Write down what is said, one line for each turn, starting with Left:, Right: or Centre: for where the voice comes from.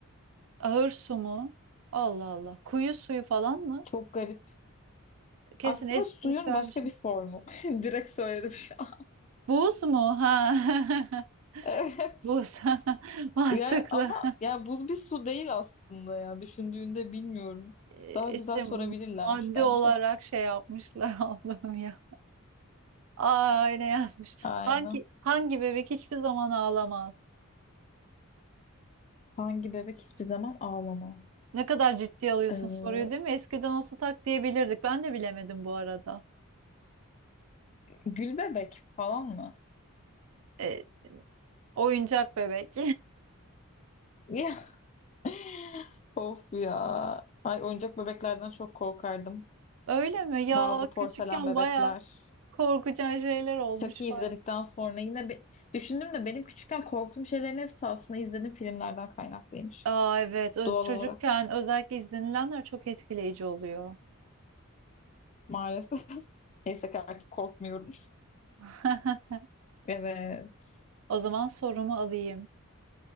Right: <laughs> Ahır su mu? Allah Allah. Kuyu suyu falan mı?
Left: Çok garip.
Right: Kesin
Left: Aslında
Right: espiritüel
Left: suyun başka
Right: bir şey.
Left: bir formu. <laughs> Direkt söyledim şu an.
Right: Buz mu? Ha. <laughs>
Left: <laughs>
Right: Buz. <laughs> Mantıklı.
Left: Ya ama yani buz bir su değil aslında ya düşündüğünde bilmiyorum.
Right: E,
Left: Daha güzel
Right: İşte
Left: sorabilirlermiş
Right: madde
Left: bence.
Right: olarak şey yapmışlar <laughs> Allah'ım ya. Aa ne yazmış.
Left: Aynen.
Right: Hangi hangi bebek hiçbir zaman ağlamaz?
Left: Hangi bebek hiçbir zaman ağlamaz?
Right: Ne kadar ciddi alıyorsun
Left: Ee,
Right: soruyu değil mi? Eskiden olsa tak diyebilirdik. Ben de bilemedim bu arada.
Left: gül bebek falan mı?
Right: E, Oyuncak bebek.
Left: Ya <laughs> of ya. Ay oyuncak bebeklerden çok korkardım.
Right: <laughs> Öyle mi? Ya
Left: Bazı porselen
Right: küçükken
Left: bebekler.
Right: baya korkucan şeyler olmuş
Left: Chucky izledikten
Right: baya.
Left: sonra yine bir düşündüm de benim küçükken korktuğum şeylerin hepsi aslında izlediğim filmlerden kaynaklıymış.
Right: Aa evet öz
Left: Doğal
Right: çocukken
Left: olarak
Right: özellikle izlenilenler çok etkileyici oluyor.
Left: maalesef. <laughs> Neyse ki artık korkmuyorum.
Right: <laughs>
Left: Evet.
Right: O zaman sorumu alayım.